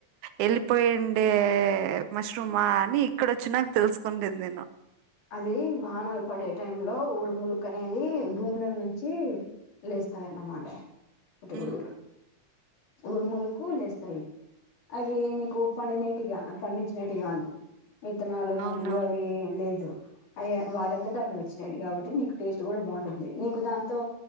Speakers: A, on the right (about 80°); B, on the left (about 90°).
A: వెళ్ళిపోయిండే మష్రూమా అని ఇక్కడ వచ్చిన నాకు తెలుసుకుండది నేను
B: అది వాహనాలు పడే టై లో ఊరు ములుక్ అనేది భూముల నుంచి లేస్తందిన్నమాట పుట్టగొడుగులు
A: ఉ
B: ఉరుములకు లేస్తాయి అవి నీకు పండినటిగా పండించినటివి కాదు విత్తనాలు మందులు
A: అవునవును
B: అవి లేదు అయ వాడంతట అవి వచ్చినాడు కాబట్టి నీకు టేస్ట్ కూడా బాగుంటుంది నీకు దాంతో